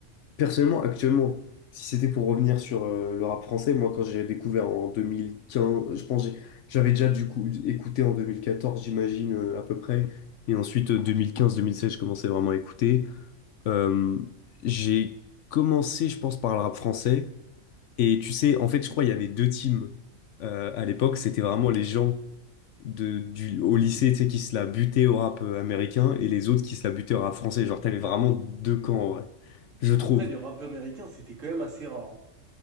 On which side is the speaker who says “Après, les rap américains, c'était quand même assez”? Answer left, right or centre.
Right